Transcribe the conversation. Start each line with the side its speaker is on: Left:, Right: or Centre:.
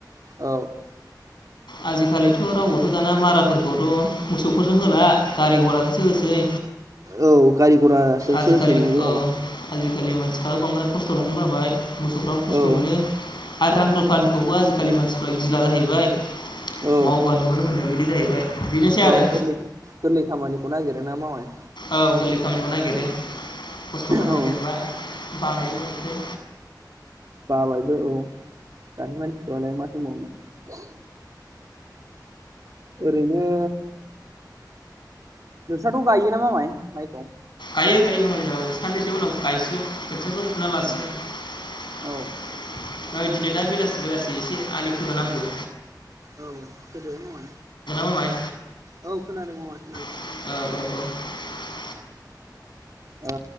Right: औ
Left: आजिखालिथ' रावबोथ' दाना माराफोरखौथ' मोसौफोरजों होला गारि घराजोंसो होसै
Right: औ गारि घराजोंसो
Left: आजिखालि
Right: होसै नंगौ
Left: औ आजिखालि मानसिफ्राबो बांद्राय खस्थ' लानो बाबाय मोसौफ्राबो खस्थ'
Right: औ
Left: मोनो आरो रां रुफानिखौबो आजिखालि मानसिफ्रा गिला जाहैबाय
Right: औ
Left: मावबानो मोन होननाय बिदि जाहैबाय बेनोसै
Right: औ
Left: आरो
Right: गोरलै गोरलै खामानिखौ नागिरोोना मावाय
Left: औ गोरलै खामानिखौ नागिरो खस्थ'खौ
Right: औ
Left: नागिरला बानाय मोनसै
Right: बाबायबो औ दानि मानसिफ्रालाय मा दोंबावनो ओरैनो दस थ गायो न मा माइ माइखौ
Left: आायो गाय म साननैसो उनाव गायसिगोन खोथियाखौ फुा लासिगोन
Right: औ औ
Left: दिनै दा बेलासि बेलासि एसे आलि खोगोनांगौ
Right: औ गोदो मा
Left: मामाय
Right: औ खोनादों म
Left: औ
Right: आ